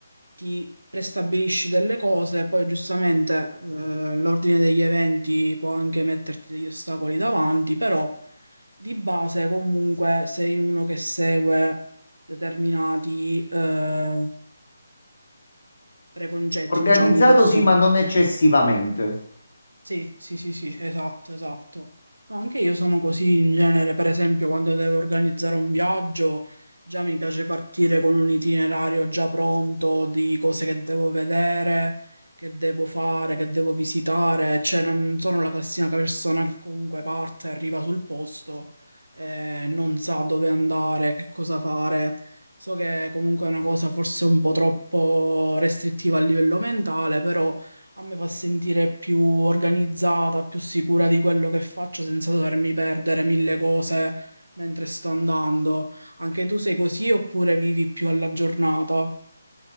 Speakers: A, on the right (about 80°); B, on the left (about 55°).
A: ti prestabilisci delle cose, poi giustamente eh, l'ordine degli eventi può anche metterti degli ostacoli davanti, però di base comunque sei uno che segue determinati eh, preconcetti,
B: Organizzato
A: diciamo così.
B: sì, ma non eccessivamente.
A: Sì, sì, sì, sì, esatto, esatto. No, Anche io sono così in genere, per esempio, quando devo organizzare un viaggio, già mi piace partire con un itinerario già pronto di cose che devo vedere, che devo fare, che devo visitare, cioè non sono la classica persona che comunque parte, arriva sul posto, eh, non sa dove andare, che cosa fare. So che comunque è una cosa forse un po' troppo restrittiva a livello mentale, però a me fa sentire più organizzata, più sicura di quello che faccio senza dovermi perdere mille cose mentre sto andando. Anche tu sei così oppure vivi più alla giornata?